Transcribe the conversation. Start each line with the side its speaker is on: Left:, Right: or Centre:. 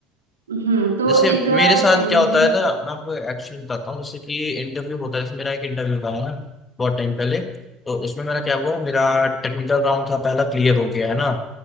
Right: हम्म तो
Left: जैसे
Right: एक अ,
Left: मेरे साथ
Right: इम-
Left: क्या होता
Right: जो
Left: है ना मैं आपको एक्चुअली बताता हूँ जैसे कि इंटरव्यू होता है जैसे मेरा एक इंटरव्यू था है ना बहुत टाइम पहले तो उसमें मेरा क्या हुआ मेरा टेक्निकल राउंड था पहला क्लियर हो गया है ना